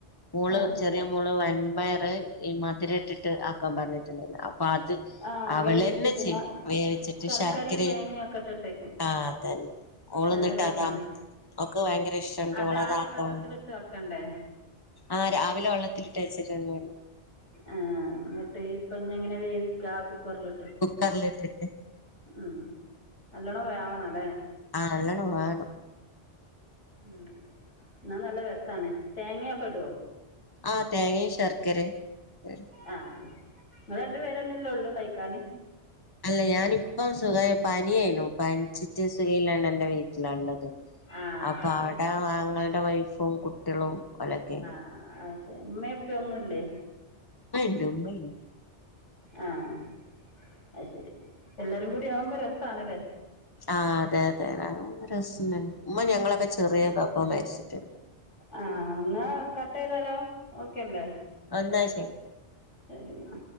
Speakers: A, on the left; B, on the left.
A: മോള്
B: ആ
A: ചെറിയ മോള് വൻപയറ് ഈ മ മതിരട്ടിട്ട് ആക്കാൻ പറഞ്ഞ്ട്ട്ണ്ടായിരുന്നു അപ്പ അത്
B: ആ ആ
A: അവളെന്നെ
B: വേവിച്ചിട്ട്
A: ചെയ്യും
B: മ
A: വേവിച്ചിട്ട്
B: ശർക്കരയും
A: ശർക്കരെ
B: തേങ്ങയൊക്കെ ഇട്ടിട്ട്
A: ആഹ് അതന്നെ ഓള്
B: നല്ല
A: ഇന്നട്ട്
B: രസമാണ്
A: അതാ ഓൾക്ക് ഭയങ്കര ഇഷ്ടണ്ട്
B: അത്
A: ഓളതാക്കണം
B: ആദ്യം വെള്ളത്തിലിട്ട് വെക്കണ്ടേ
A: ആഹ് രാവിലെ വള്ളത്ത്ലിട്ടച്ചിട്ട്ണ്ടായിരുന്നു
B: ആഹ് ഇന്നട്ട് ഇപ്പം ഇഞ്ഞെങ്ങനെ വേവിക്കാ കുക്കറില്
A: കുക്കറ്ലിട്ടിട്ട്.
B: ഉം നല്ലോണം വേവണം അല്ലെ
A: ആഹ് നല്ലോണം വേവണം
B: ഉം എന്നാ നല്ല രസാവാണേ തേങ്ങയൊക്കെ ഇടുവോ
A: ആഹ് തേങ്ങേ ശർക്കരെ ഇടും
B: ആഹ് നിങ്ങള് രണ്ട് പേര് തന്നെ അല്ലേ ഒള്ളൂ കഴിക്കാന്
A: അല്ല ഞാനിപ്പം സുഖവ പനിയായിനു. പനിച്ചിട്ട് സുഖയില്ലാണ്ട് എൻ്റെ വീട്ടിലാള്ളത്
B: ആ
A: അപ്പൊ
B: ശരി
A: അവടെ ആങ്ങളടെ വൈഫും കുട്ടികളും ഓലൊക്കെയാന്
B: ആഹ് ഉമ്മെ ഉപ്പേ ഒന്നുയില്ലേ
A: ഉപ്പ ഒണ്ട് ഉമ്മ ഇല്ല
B: ആഹ് ആഹ് അത് ശരി എല്ലാരും കൂടി ആകുമ്പോ രസവാണല്ലേ
A: ആഹ് അതെ അതെ നല്ല രസം ഉണ്ടായിരുന്നു ഉമ്മ ഞങ്ങളൊക്കെ ചെറിയതാ ഉപ്പ മരിച്ചിട്ട്
B: ആഹ് എന്നാ കട്ട് ചെയ്താലോ ഓക്കയല്ലേ
A: എന്നാ ശരി
B: ശരി എന്നാ